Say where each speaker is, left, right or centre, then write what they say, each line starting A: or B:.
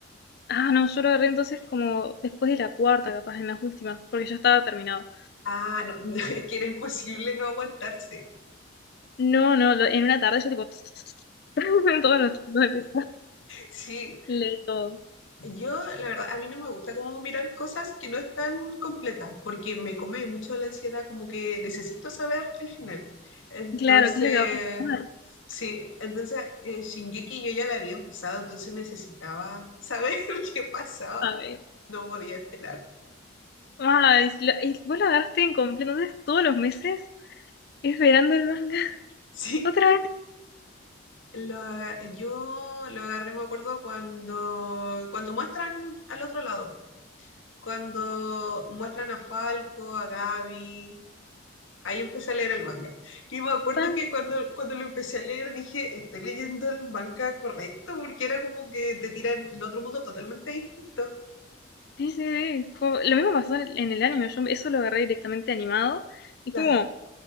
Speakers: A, on the left (about 50°); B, on the left (about 75°).
A: ah, no, yo lo agarré entonces como después de la cuarta, capaz, en las últimas, porque ya estaba terminado.
B: Ah, no, <laughs> es que era imposible no aguantarse.
A: No, no, lo- en una tarde yo tipo <laughs> en todos los los episodios
B: Sí,
A: leí todo.
B: yo la verdad, a mí no me gusta como mirar cosas que no están completas, porque me come mucho la ansiedad, como que necesito saber el final. Entonces,
A: Claro, ¿qué es lo que va a pasar?
B: sí, entonces eh, Shingeki yo ya la había empezado, entonces necesitaba saber <laughs> qué pasaba,
A: A ver.
B: no podía esperar.
A: Ay, la- y vos lo agarraste en completo, entonces todos los meses esperando el manga. <laughs>
B: Sí.
A: Otra
B: Lo, aga- yo lo agarré, me acuerdo, cuando, cuando muestran al otro lado. cuando muestran a Falco, a Gaby, ahí empecé a leer el manga. Y me acuerdo
A: Pan,
B: que cuando, cuando lo empecé a leer dije, estoy leyendo el manga correcto, porque era como que te tiran en otro mundo totalmente distinto.
A: sí, sí, sí. Como- lo mismo pasó en en el anime, yo eso lo agarré directamente animado y
B: Claro.
A: fue como,